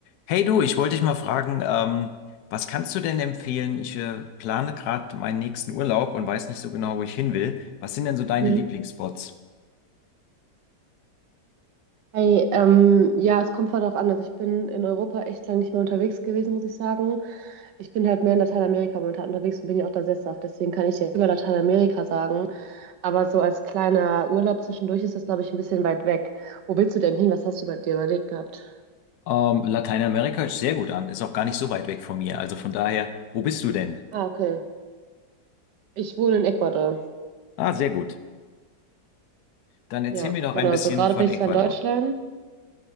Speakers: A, on the left; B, on the right.
A: Hey du, ich wollte dich mal fragen, ähm, was kannst du denn empfehlen? Ich äh, plane gerade meinen nächsten Urlaub und weiß nicht so genau, wo ich hin will. Was sind denn so deine
B: Mhm.
A: Lieblingsspots?
B: Hey, ähm, ja, es kommt voll darauf an. Also ich bin in Europa echt lange nicht mehr unterwegs gewesen, muss ich sagen. Ich bin halt mehr in Lateinamerika momentan unterwegs und bin ja auch da sesshaft. Deswegen kann ich dir über Lateinamerika sagen. Aber so als kleiner Urlaub zwischendurch ist das, glaube ich, ein bisschen weit weg. Wo willst du denn hin? Was hast du bei dir überlegt gehabt?
A: Ähm, Lateinamerika hört sich sehr gut an, ist auch gar nicht so weit weg von mir. Also von daher, wo bist du denn?
B: Ah, okay. Ich wohne in Ecuador.
A: Ah, sehr gut. Dann erzähl
B: Ja,
A: mir doch
B: genau.
A: ein bisschen
B: So gerade
A: von
B: bin
A: Ecuador.
B: ich zwar in Deutschland.